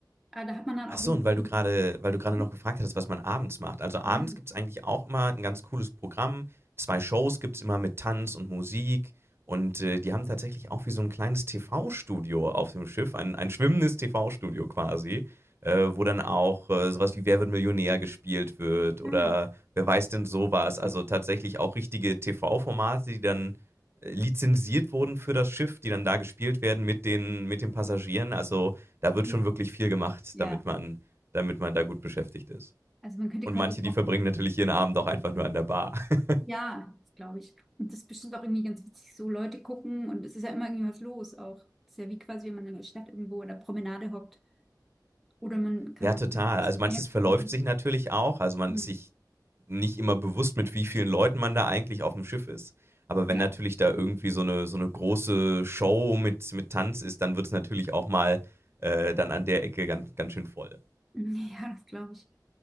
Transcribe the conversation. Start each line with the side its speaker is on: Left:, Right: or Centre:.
Centre: Ah, da hat man dann
Right: Ach
Centre: auch
Right: so,
Centre: wenigstens
Right: und weil du
Centre: so.
Right: gerade, weil du gerade
Centre: Mhm.
Right: noch gefragt hattest, was man abends macht. Also abends
Centre: Ja.
Right: gibt es eigentlich auch immer ein ganz cooles Programm. Zwei Shows gibt es immer mit Tanz und Musik. Und äh, die haben tatsächlich auch wie so ein kleines TV-Studio auf dem Schiff, ein, ein schwimmendes TV-Studio quasi, äh, wo dann auch äh, sowas wie Wer wird Millionär gespielt wird oder
Centre: Ah,
Right: wer weiß denn sowas. Also tatsächlich auch richtige TV-Formate, die dann äh, lizenziert wurden für das Schiff, die dann da gespielt werden mit den, mit den Passagieren. Also da wird
Centre: okay.
Right: schon wirklich viel gemacht,
Centre: Ja,
Right: damit man, damit man da gut beschäftigt ist.
Centre: also man könnte
Right: Und
Centre: quasi
Right: manche, die
Centre: auch,
Right: verbringen natürlich ihren Abend auch einfach nur an der Bar. <laughs>
Centre: ja, das glaube ich. Und das ist bestimmt auch irgendwie ganz witzig, so Leute gucken und es ist ja immer irgendwas los auch. Das ist ja wie quasi, wenn man in der Stadt irgendwo oder Promenade hockt. Oder man kann
Right: ja,
Centre: dann
Right: total.
Centre: auch aufs
Right: Also manches
Centre: Meer
Right: verläuft
Centre: gucken.
Right: sich natürlich auch. Also man
Centre: Mhm.
Right: ist sich nicht immer bewusst, mit wie vielen Leuten man da eigentlich auf dem Schiff ist. Aber wenn
Centre: Ja.
Right: natürlich da irgendwie so eine, so eine große Show mit, mit Tanz ist, dann wird es natürlich auch mal äh, dann an der Ecke ganz, ganz schön voll.
Centre: <laughs> Ja, das glaube ich.